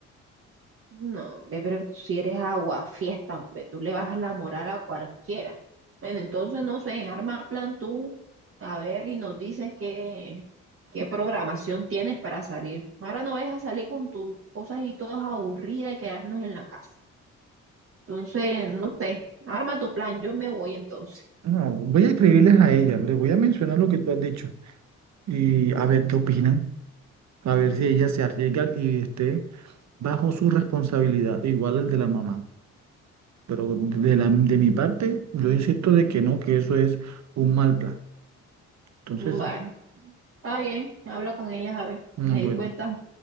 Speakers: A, on the right (about 45°); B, on the right (about 65°).
A: No, hombre, pero si eres agua, fiesta, hombre, tú le bajas la moral a cualquiera. Bueno, entonces no sé, arma plan tú, a ver, y nos dices qué, qué programación tienes para salir. Ahora no vas a salir con tus cosas y todas aburridas y quedarnos en la casa. Entonces, no sé, arma tu plan, yo me voy entonces.
B: No, voy a escribirles a ellas, les voy a mencionar lo que tú has dicho y a ver qué opinan, a ver si ellas se arriesgan y esté bajo su responsabilidad, igual el de la mamá. Pero de la, de mi parte, yo insisto de que no, que eso es un mal plan. Entonces,
A: Bueno,
B: sí.
A: está bien, habla con ellas, a ver,
B: Mm,
A: me
B: Bueno,
A: cuentas.